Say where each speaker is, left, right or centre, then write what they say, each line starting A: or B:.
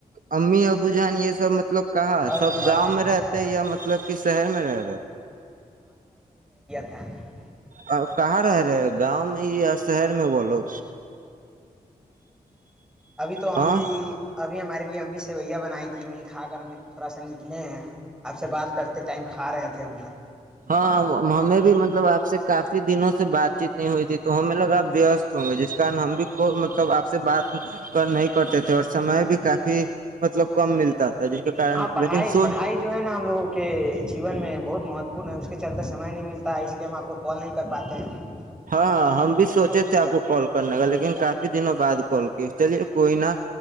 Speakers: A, on the right (about 60°); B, in the centre.
A: امی ابو جان یہ سب مطلب کہا سب
B: لوگ مست
A: گاؤں
B: ہے،
A: میں رہتے یا مطلب کہ شہر میں رہ رہا
B: ا
A: اور کہاں رہ رہے گاؤں میں یہ شہر میں بولو
B: ابھی تو امی
A: ہاں
B: ابھی ہمارے لیے امی سویا بنائی تھی وہیں کھا کر تھوڑا سا نکلے ہیں آپ سے بات کرتے ٹائم کھا رہے تھے ادھر
A: ہاں ہمیں بھی مطلب آپ سے کافی دنوں سے سے بات چیت نہیں ہوئی تھی تو ہمیں لگاپ وست ہوں گے جس کن ہم بھی کو مطلب آپ سے بات نہیں کرتے تھے اور سمے بھی کافی مطلب کم ملتا تھا جس کے کارن
B: ہاں پڑھائی
A: لیکن سو
B: پڑھائی جو ہے نا ہم لگوں کے جیون میں بہت مہتوپورن ہے اس کے چلتا سمئے نہیں ملتا ہے اس لیے ہم آپ کو کال نہیں کر پاتے ہیں
A: ہاں ہاں ہم بھی سوچے تھ آپ کو کال کرنے کا لیکن کافی دنوں بعد کال کی چلیے کوئی نا